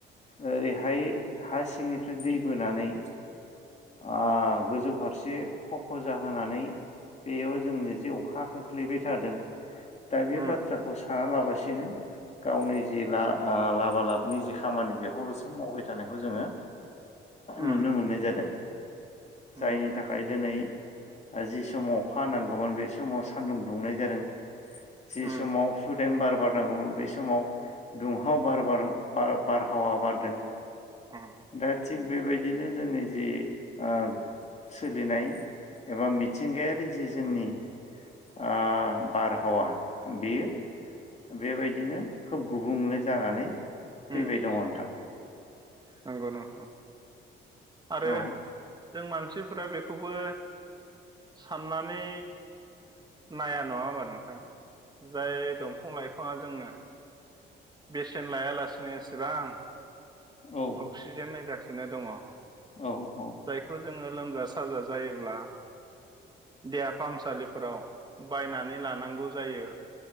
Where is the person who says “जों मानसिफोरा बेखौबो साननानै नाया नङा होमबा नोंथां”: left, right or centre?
Right